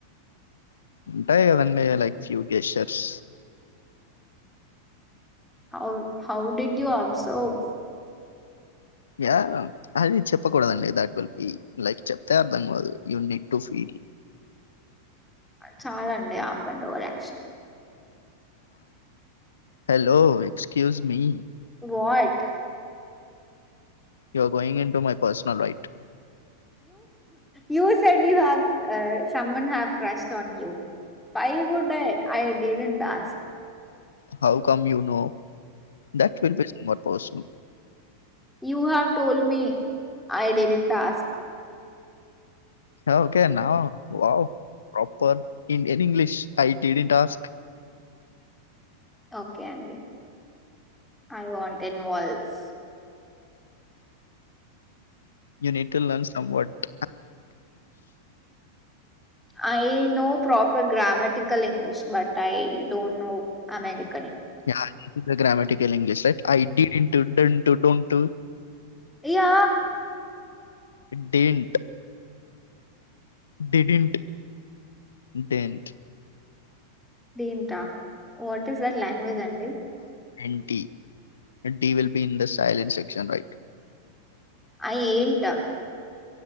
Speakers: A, on the left; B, in the centre.
A: ఉంటాయి కదండి like few gestures
B: how how did you observe
A: yeah అది చెప్పకూడదండి దట్ విల్ బి లైక్ చెప్తే అర్థం కాదు you need to feel
B: చాల్ అండి ఆపండి or action
A: hello excuse me
B: what
A: you are going into my personal right
B: you said that someone have crush on you పై I డివ in task
A: how come you know that will be సవన్ పోషం
B: you have told me I didn't ask
A: ఓకనా వా ప్ర ఇంగ్ష్ఐటిడి task
B: okay అండి I want ఎన్ వాల్స్
A: you need to learn so what
B: I know proper grammatic English but I don't know అమెరిక్
A: నెట్టు విగ్రమేటిక్ తిక్కల్ English I didn't to done to done to
B: yeah
A: డెంట్ డిడింట్ డెంత్
B: డింటా వాట్ ఇస్ దట్ లేం గ్వేజ్ అండి
A: N T T will be in the silent section right
B: I ఏంట